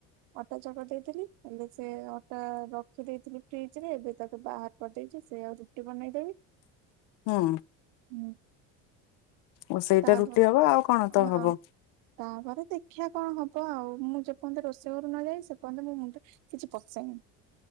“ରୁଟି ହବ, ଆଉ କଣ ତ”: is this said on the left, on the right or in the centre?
Left